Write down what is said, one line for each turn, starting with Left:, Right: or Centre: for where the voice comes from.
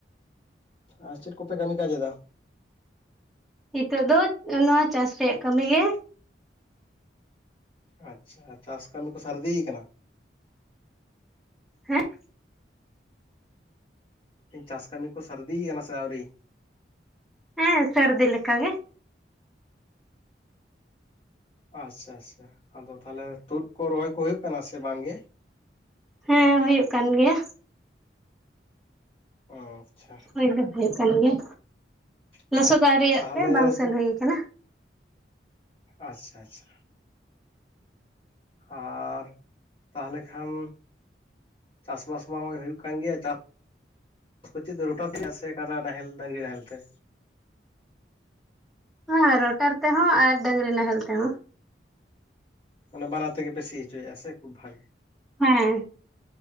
Left: ᱟᱨ ᱪᱮᱫ ᱠᱚᱯᱮ ᱠᱟᱹᱢᱤ ᱠᱟᱡ ᱮᱫᱟ
Centre: ᱱᱤᱛᱚᱜ ᱫᱚ ᱚᱱᱟ ᱪᱟᱥ ᱨᱮᱭᱟᱜ ᱠᱟᱹᱢᱤ ᱜᱮ
Left: ᱟᱪᱪᱷᱟ ᱪᱟᱥ ᱠᱟᱹᱢᱤ ᱠᱚ ᱥᱟᱨᱫᱤᱭ ᱠᱟᱱᱟ
Centre: ᱦᱮᱸᱜ
Left: ᱪᱟᱥ ᱠᱟᱹᱢᱤ ᱠᱚ ᱥᱟᱨᱫᱤᱭ ᱠᱟᱱᱟ ᱥᱮ ᱟᱹᱣᱨᱤ
Centre: ᱦᱮᱸ ᱥᱟᱹᱨᱫᱤ ᱞᱮᱠᱟ ᱜᱮ
Left: ᱟᱪᱪᱷᱟ ᱟᱥᱥᱟ ᱟᱫᱚ ᱛᱟᱦᱚᱞᱮ ᱛᱩᱫ ᱠᱚ ᱨᱚᱦᱚᱭ ᱠᱚ ᱦᱩᱭᱩᱜ ᱠᱟᱱᱟ ᱥᱮ ᱵᱟᱝ ᱜᱮ
Centre: ᱦᱮᱸ ᱦᱩᱭᱩᱜ ᱠᱟᱱ ᱜᱮᱭᱟ
Left: ᱚᱸ ᱟᱪᱪᱷᱟ
Centre: ᱦᱩᱭ ᱫᱚ ᱦᱩᱭᱩᱜ ᱠᱟᱱ ᱜᱮᱭᱟ
Left: ᱛᱟᱦᱚᱞᱮ
Centre: ᱞᱚᱥᱚᱫ ᱟᱹᱣᱨᱤ ᱭᱟᱜ
Left: ᱛᱟᱦᱚᱞᱮ
Centre: ᱛᱮ ᱵᱟᱝ ᱥᱮᱱ
Left: ᱪᱮᱫ
Centre: ᱦᱩᱭ ᱠᱟᱱᱟ
Left: ᱟᱪᱪᱷᱟ ᱟᱪᱪᱷᱟ ᱟᱨ ᱛᱟᱦᱚᱞᱮ ᱠᱷᱟᱱ ᱪᱟᱥᱵᱟᱥ ᱢᱟ ᱦᱚᱸᱜᱼᱚᱭ ᱦᱩᱭᱩᱜ ᱠᱟᱱ ᱜᱮᱭᱟ ᱪᱟ ᱪᱤᱜ ᱛᱮ ᱨᱚᱴᱟᱨ ᱛᱮ ᱥᱮ ᱠᱟᱰᱟ ᱱᱟᱦᱮᱞ ᱰᱟᱹᱝᱨᱤ ᱱᱟᱦᱮᱞ ᱛᱮ
Centre: ᱦᱳᱭ ᱨᱚᱴᱟᱨ ᱛᱮᱦᱚᱸ ᱟᱨ ᱰᱟᱝᱨᱤ ᱱᱟᱦᱮᱞ ᱛᱮᱦᱚᱸ
Left: ᱢᱟᱱᱮ ᱵᱟᱱᱟᱨ ᱛᱮᱜᱮ ᱯᱮ ᱥᱤ ᱦᱚᱪᱚᱭᱮᱫᱼᱟ ᱥᱮ ᱠᱷᱩᱵ ᱵᱷᱟᱜᱮ
Centre: ᱦᱮᱸ